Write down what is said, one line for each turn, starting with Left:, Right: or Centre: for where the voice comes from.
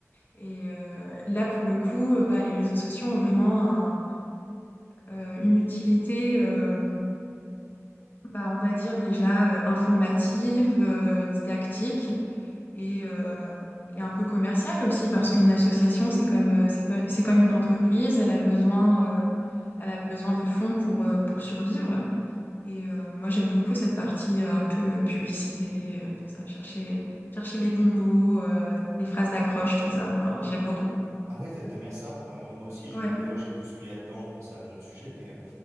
Left: Et euh, là, pour le coup, euh, bah, les réseaux sociaux ont vraiment un- euh, une utilité, euh, bah, on va dire déjà euh, informative, euh, didactique et, euh, et un peu commercial aussi parce qu'une association c'est comme euh, c'est pas- c'est comme une entreprise elle a besoin euh, elle a besoin de fonds pour euh, pour survivre et euh, moi j'aime beaucoup cette partie euh, un peu euh, publicité euh, tout ça chercher euh, chercher les bons mots euh, les phrases d'accroche tout ça enfin j'aime beaucoup
Right: Ah ouais, t'aimes bien ça. Ouais, moi, moi aussi,
Left: ouais
Right: j'ai d'ailleurs j'ai postulé là-dedans. Bon, c'est un autre sujet, mais euh,